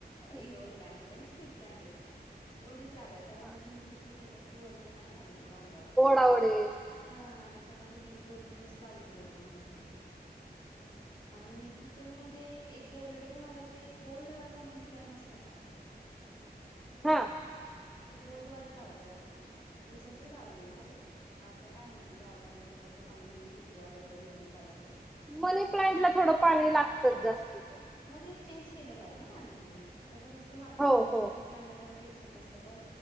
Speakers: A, in the centre; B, on the left.
A: हम्म
B: इनडोअर
A: हम्म
B: प्लांट मध्ये आणि स्नेक प्लांट एक आहे. तेवढीच जागा आहे कारण
A: हा.
B: माझी मुलगी छोटी आहे तर, ती ओढते ना खाली मग अंगावर
A: तेवढे
B: हा त्याच्यामुळे, ते तीन दोन तीनच लावलेत बेडरूम मध्ये झाड. आणि कि चन मध्ये एक गोल्डन वालं ते गोल्ड वाला मनी प्लांट नसतं का
A: हा
B: ते गोल्ड वालं लावलंय आता. रिसेंटली लावलय मी
A: अच्छा
B: ते. आता काय माहिती गावाला आल्यानंतर त्यातलं पाणी हे किती वेळा बद्दलय आणि काय झालंय.
A: मनी प्लांटला थोड पाणी लागतं जास्तीच.
B: नाही ते चेंज केलं पाहिजेत ना पाणी ते. आता कसं असतं मातीत
A: हो
B: लावल
A: हो
B: तर मनी प्लांट ला टेन्शन नसतं. पण